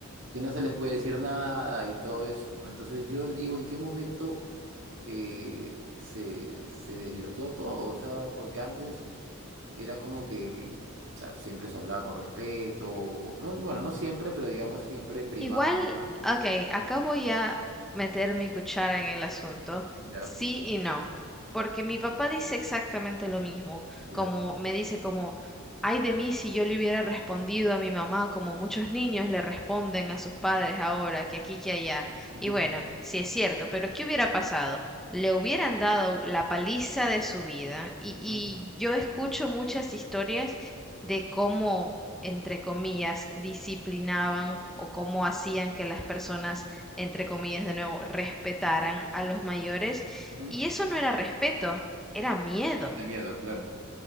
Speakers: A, on the right; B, in the centre.
A: que no se les puede decir nada y todo eso, ¿no? Entonces, yo digo, ¿en qué momento... eh, se, se desvirtuó todo, o sea, porque antes era como que, o sea, siempre se hablaba con respeto. No, bueno, no siempre, pero digamos siempre primaba,
B: Igual,
A: ¿no?
B: ok, acá voy a meter mi cuchara en el asunto,
A: Ya,
B: sí y no, porque mi papá dice exactamente lo mismo,
A: ya.
B: como me dice como, ay de mí si yo le hubiera respondido a mi mamá como muchos niños le responden a sus padres ahora, que aquí, que allá.
A: Ujú,
B: Y bueno, sí es cierto, pero ¿qué hubiera pasado? Le hubieran dado la paliza de su vida y,
A: ujú,
B: y yo escucho muchas historias de cómo entre comillas, disciplinaban o cómo hacían que las personas, entre comillas, de nuevo, respetaran a los mayores.
A: ujú.
B: Y eso no era respeto, era miedo.
A: De miedo, claro.